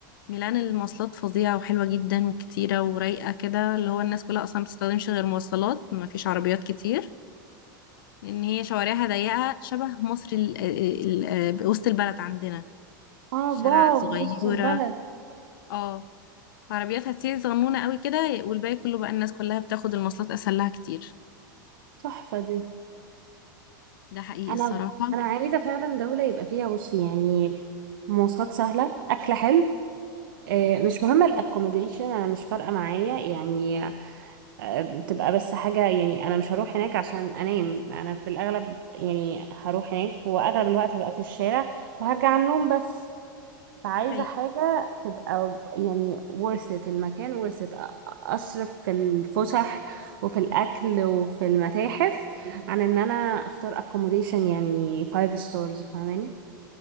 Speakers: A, on the left; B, on the right.
A: ميلان المواصلات فظيعة وحلوة جدا وكتيرة ورايقة كده اللي هو الناس كلها أصلا بتستخدمش غير مواصلات مفيش عربيات كتير لأن هي شوارعها ضيقة شبه مصر ال ال ال آه، وسط البلد عندنا
B: اه
A: شارع
B: واو
A: صغيرة
B: بص البلد
A: اه عربياتها كتير صغنونة قوي كده والباقي كله بقى الناس كلها بتاخد المواصلات أسهل لها كتير
B: تحفة دي
A: ده حقيقي
B: انا
A: الصراحة
B: انا عايزة فعلا دولة يبقى فيها بصي يعني مواصلات سهلة اكل حلو آه، مش مهم الاكوموديشن انا مش فارقة معايا يعني آه، بتبقى بس حاجة يعني أنا مش هروح هناك عشان أنام أنا في الأغلب يعني هروح هناك وأغلب الوقت هبقى في الشارع وهرجع على النوم بس فعايزة
A: ده حقيقي
B: حاجة تبقى يعني worth it المكان worth it أ- أصرف في الفسح وفي الأكل وفي المتاحف عن إن أنا أختار accommodation يعني five stars فاهماني